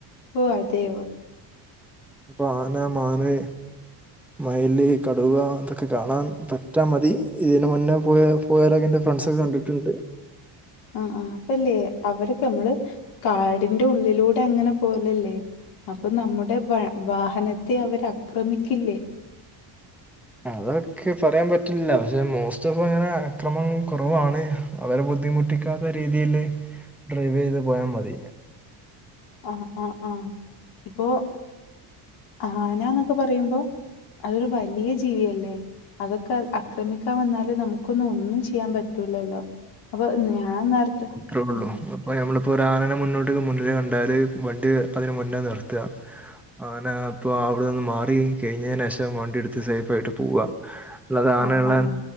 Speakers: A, on the left; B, in the centre.
A: ഓഹ് അതെയൊ
B: അപ്പൊ ആന മാന് മയ്ല് കടുവ ഇതൊക്കെ കാണാൻ പറ്റാ മതി ഇതിന് മുന്നേ പോയ. പോയാരോക്കെ എൻ്റെ ഫ്രണ്ട്സൊക്കെ കണ്ടിട്ടുണ്ട്
A: അഹ് ആഹ് അപ്പല്ലേ അവർക് നമ്മള് കാടിന്റെ ഉള്ളിലൂടെ അങ്ങനെ പോലല്ലേ അപ്പൊ നമ്മുടെ വാഹനത്തെ അവർ അക്രമിക്കില്ലേ
B: അതൊക്കെ പറയാൻ പറ്റില്ല പക്ഷെ മോസ്റ്റ് ഓഫ് അങ്ങനെ അക്രമം കുറവാണ് അവരെ ബുദ്ധിമുട്ടിക്കാത്ത രീതിയിൽ ഡ്രൈവ് ചെയ്ത് പോയാ മതി
A: ആഹ് ആഹ് ആഹ് ഇപ്പോ ആന ന്നൊക്കെ പറയുമ്പോ അതൊരു വലിയ ജി ജീവിയല്ലേ അതൊക്കെ ആക്രമിക്കാൻ വന്നാലേ നമുക്കൊന്നും ഒന്നും ചെയ്യാൻ പറ്റൂലല്ലോ അപ്പൊ ഞാൻ നേരത്തെ
B: ത്രള്ളൂ
A: ആഹ്,
B: അപ്പൊ നമ്മളിപ്പോ ഒര് ആനനെ മുന്നോട്ട് മുന്നില് കണ്ടാല് വണ്ടി അതിന് മുന്നേ നിർത്ത ആന അപ്പൊ അവിടെന്ന് മാറി കഴിഞെന് ശേഷം വണ്ടി എടുത്ത് സേഫ ആയിട്ട് പോവാ അല്ലാതെ ആനെല്ല
A: ആഹ്, ആഹ്.